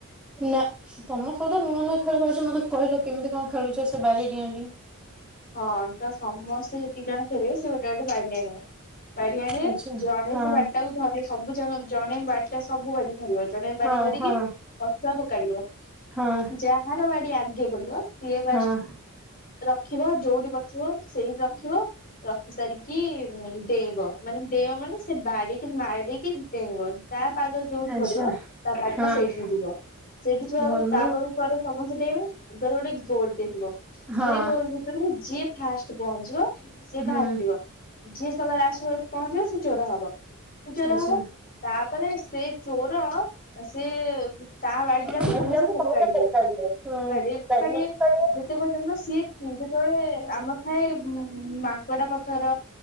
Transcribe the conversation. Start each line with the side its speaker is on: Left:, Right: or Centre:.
Centre: ନା ତମ ସହିତ ନୂଆ ନୂଆ ଖେଳ ଖେଳୁଚ। ମତେ କହିଲ କେମିତି କଣ ଖେଳୁଚ ସେ ବାରି ଡିଆଁ ଡେଇଁ।
Left: ହଁ ତ ସମସ୍ତେ ଯେତିକି ଜଣ ଖେଳିବେ ସେ ଗୋଟେ ଗୋଟେ ବାଡ଼ି ଆଣିବେ। ବାଡ଼ି ଆଣିଏ।
Centre: ଆଚ୍ଛା
Left: ଜଣେ
Centre: ହଁ
Left: ସେ ବାଡ଼ିଟାକୁ ଧରି ସବୁ ଯାକ ଜଣେ ବାଡ଼ିଟା ସବୁ ବାଡ଼ି ଧରିବ ଜଣେ ବାଡ଼ି
Centre: ହଁ
Left: ଧରିକି
Centre: ହଁ
Left: ଅଶୁଆ ପକାଡ଼ିବ
Centre: ହଁ
Left: ଯା ର ବାଡ଼ି ଆଗେ ପଡ଼ିବ ସିଏ ଫାଷ୍ଟ
Centre: ହଁ
Left: ଖିବ ଯୋଉଠି ପଚିବ ସେଇଠି ରଖିବ ର ଖି ସାରିକି ଡେଇଁବ ମାନେ ଡେଇଁବ ମାନେ ସେ ବାଡ଼ିକି ମାଡ଼ିକି ଡେଇଁବ। ତା ପାଦ ଯୋଉଠି
Centre: ଆଚ୍ଛା
Left: ପଡ଼ିବ ତା ବାଡ଼ିଟା
Centre: ହଁ
Left: ସେଇଠିକି ଯିବ। ସେଇଠି ଥୁଆ ହବ
Centre: ଭଲ
Left: ତା ବେଳକୁ କୁଆରେ ସମସ୍ତେ ଡେଇଁବ ଆଗରେ ଗୋଟେ ଗୋଲ୍ ଟେ ଥିବ
Centre: ହଁ
Left: ସେଇ ଗୋଲ୍ ଭିତରକୁ ଯିଏ ଫାଷ୍ଟ ପହଞ୍ଚିବ। ସିଏ
Centre: ହୁଁ
Left: ବାହାରିଯିବ। ଯିଏ ସବା ଲାଷ୍ଟକୁ ପହଞ୍ଚିବ ସିଏ ଚୋର ହବ। ସିଏ ଚୋର
Centre: ଆଚ୍ଛା।
Left: ହବ। ତାପରେ ସେ ଚୋର ସେ ତା ବାଡ଼ିଟାକୁ
Centre: ପିଲାକୁ
Left: ସମସ୍ତେ ପୋକାଡ଼ିବେ
Centre: ଫୋପାଡିବେ ଫୋପାଡିବେ
Left: ପୋକାଡ଼ିବେ କାଡ଼ିବେ
Centre: ଫୋପାଡିବେ
Left: ସେତେ ପର୍ଯ୍ୟନ୍ତ ସିଏ <unintelligible> ତଳେ ଆମ ଥାଏ ମାଙ୍କଡ଼ା ପଥର